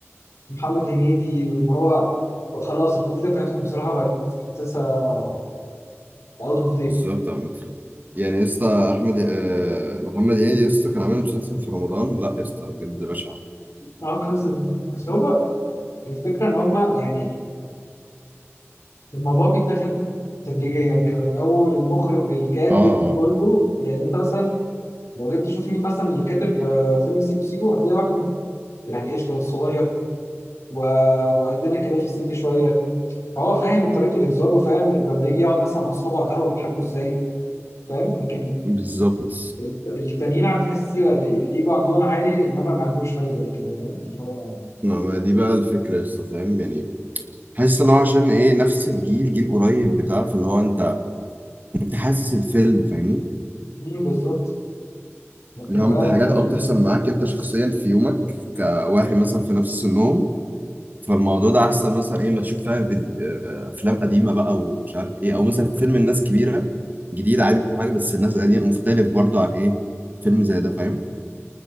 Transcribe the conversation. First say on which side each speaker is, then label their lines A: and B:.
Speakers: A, on the left (about 75°); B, on the right (about 40°).
A: ومحمد هنيدي واللي هو بقى خلاص الكوميديا بتاعتهم بصراحه بقت حاسسها اوت اوف ديت
B: بالظبط عامة يعني يا اسطى أحمد آه محمد هنيدي يا اسطى كان عامل مسلسل في رمضان لا يا اسطى بجد بشع
A: اه كذا بس هو بقى الفكره ان هم يعني الموضوع بيتاخد تدريجيا كده من اول المخرج للكاتب
B: اه اه
A: كله يعني انت مثلا لو جيت تشوف مين مثلا اللي كاتب آه، فيلم سيكو سيكو هتلاقي واحد يعني قشطه والصغير وقدنا كده في السن شويه هو فاهم طريقة هزاره وفاهم لما يجي يقعد مثلا مع أصحابه على القهوة بيضحكوا إزاي فاهم لكن
B: بالظبط
A: الت- التانيين هتحس الإيجو عندهم عالي إن هما ما عندوش حاجة زي كده فاهم اللي هو
B: ما ما دي بقى الفكرة يا اسطى فاهم يعني حاسس اللي هو عشان ايه نفس الجيل جيل قريب بتاع فاللي هو انت انت حاسس الفيلم فاهمني
A: مين بالظبط لكن
B: اللي هو
A: بقى
B: انت
A: التانيين
B: حاجات اه بتحصل معاك انت شخصيا في يومك كواحد مثلا في نفس سنهم فالموضوع ده احسن مثلا ايه ما تشوف فعلا فيديو آه، افلام قديمه بقى ومش عارف ايه او مثلا فيلم الناس كبيره جديد عادي كل حاجه بس الناس القديمه مختلف برضو عن ايه فيلم زي ده فاهم